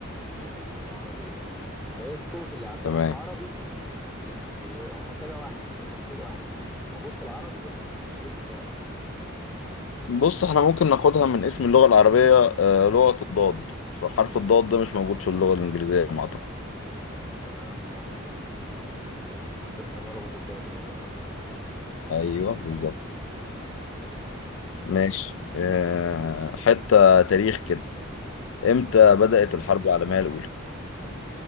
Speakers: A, in the centre; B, on the left (about 70°).
A: العربية فإيه الصوت اللي عندنا
B: تمام
A: في العربي وهما كده واحد أنت ممكن تقول واحد يعني موجود في العربي بس مش موجود في اللغة الإنجليزية
B: بص احنا ممكن ناخدها من اسم اللغة العربية آه لغة الضاد فحرف الضاد ده مش موجود في اللغة الإنجليزية على ما أعتقد
A: تمام صح مظبوط الضاد حتى بيسموها لغة الضاد اللغة العربية عشان هي متميزة يعني
B: ايوه
A: فيها
B: بالظبط
A: الضاد تمام
B: ماشي آه حتة تاريخ كده امتى
A: ماشي
B: بدأت الحرب العالمية الأولى؟